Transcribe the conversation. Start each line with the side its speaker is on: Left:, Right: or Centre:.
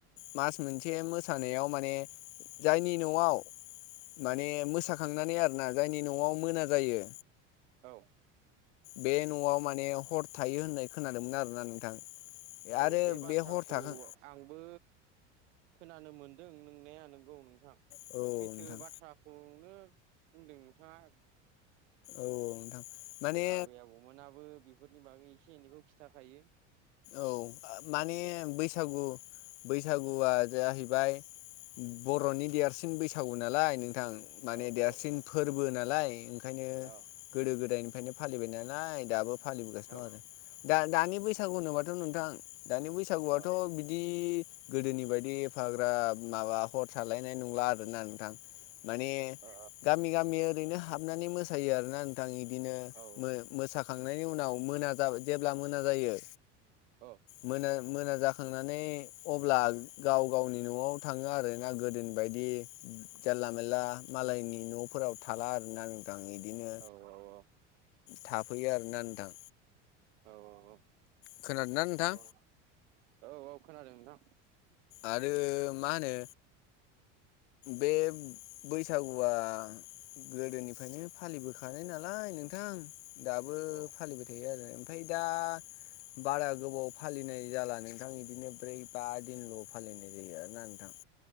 Left: मास मोनसे मोसानायाव माने जायनि न'आव माने
Right: उम
Left: मोसाखांनानै आरोना जायनि न'आव मोना जायो
Right: औ
Left: बे न'आव माने हर थायो होननाय खोनादोंमोन आरोना नोंथां।
Right: औ
Left: आरो
Right: बे बाथ्राखौ
Left: हर थाखां
Right: आंबो खोनानो मोनदों नोंनाया नंगौ नोंथां
Left: औ
Right: सैथो
Left: नोंथां
Right: बाथ्राखौ नो बुंदों नोंथां आ।
Left: औ नोंथां। माने
Right: आबै आबौमोनाबो बेफोरनि बागै एसे एनैखौ खिन्थाखायो।
Left: औ माने
Right: औ
Left: बैसागु बैसागुआ जाहैबाय बर'नि देरसिन बैसागु नालाय नों नोंथां माने
Right: औ
Left: देरसिन
Right: औ औ
Left: फोरबो नालाय ओंखायनो
Right: औ
Left: गोदो गोदायनिफ्रायनो फालिबाय नालाय दाबो फालिबोगासिनो
Right: औ
Left: दं आरो दा दानि बैसागु बैसागु होनोबाथ' नोंथां दानि बैसागुआथ'
Right: औ
Left: बिदि गोदोनि बायदि एफाग्रा माबा हर थालायनाय नंला आरोना नोंथां। माने
Right: औ
Left: गामि गामि ओरैनो हाबनानै मोसायो। मोसायो आरोना नोंथां बिदिनो
Right: औ
Left: मोसाखांनायनि उनाव मोना जेब्ला मोना जायो
Right: औ।
Left: मोना मोना जाखांनानै अब्ला गाव गावनि न'आव थाङो आरो ना गोदोनि बायदि जानला मोनला मालायनि न'फोराव थाला आरोना नोंथां। इदिनो
Right: औ औ औ।
Left: थाफैयो आरोना नोंथां।
Right: औ औ
Left: खोनादोंना नोंथां
Right: औ औ औ खोनादों नोंथां।
Left: आरो मा होनो बे बैसागुआ गोदोनिफ्रायनो फालिबोखानाय नालाय नोंथां दाबो
Right: औ
Left: फालिबाय थायो आरो ओमफ्राय दा बारा गोबाव फालिनाय जाला नोंथां बिदिनो ब्रै बा दिनल' फालिनाय जायो आरोना नोंथां।